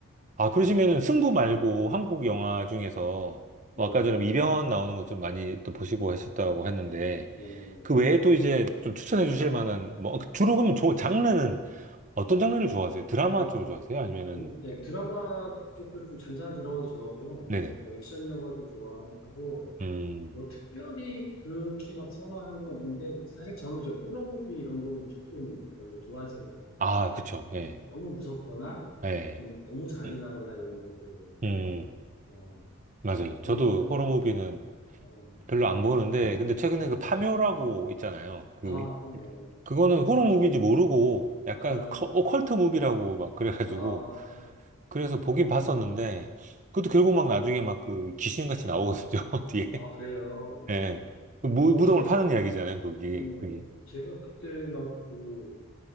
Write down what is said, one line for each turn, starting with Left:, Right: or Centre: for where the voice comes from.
Right: 아, 그러시면은 승부 말고 한국 영화 중에서, 뭐
Left: 예,
Right: 아까 전에 뭐 이병헌 나오는 것 좀 많이 또 보시고 하셨다고 했는데,
Left: 예, 예.
Right: 그 외에 또 이제 좀 추천해 주실 만한, 뭐, 주로 그러면 저
Left: 음,
Right: 장르는 어떤 장르를 좋아하세요? 드라마
Left: 어,
Right: 쪽을 좋아하세요? 아니면은,
Left: 당, 예, 드라마 쪽도 좀 잔잔한 드라마도 좋아하고요.
Right: 네네.
Left: 또 뭐, 액션 영화도 좋아하고,
Right: 음,
Left: 뭐, 특별히 그렇게 막 선호하는 건 없는데, 사실 저는 이제 호러 무비 이런 거는 조금 별로 좋아하지는 않아요.
Right: 아,
Left: 그러니까,
Right: 그쵸. 예,
Left: 무- 너무 무섭거나,
Right: 예.
Left: 좀 너무 잔인하거나
Right: <clears throat>
Left: 이런 것들,
Right: 음,
Left: 어,
Right: 맞아요. 저도
Left: 그런 것들은
Right: 호러
Left: 좀,
Right: 무비는
Left: 어,
Right: 별로 안 보는데, 근데 최근에
Left: 예.
Right: 그 파묘라고 있잖아요. 그,
Left: 아, 아까네. 아까네로
Right: 그거는 호러
Left: 아직
Right: 무비인지
Left: 있다네.
Right: 모르고, 약간
Left: 아,
Right: 그 커- 오컬트 무비라고 막 그래가지고,
Left: 아,
Right: 그래서 보긴 봤었는데, 그것도 결국 막 나중에 막 그 귀신같이 나오거든요, <laughs> 뒤에.
Left: 아, 그래요.
Right: 예. 그 무,
Left: 어,
Right: 무덤을
Left: 저,
Right: 파는 이야기잖아요, 거기.
Left: 음,
Right: 그게.
Left: 제가 그때 막 그,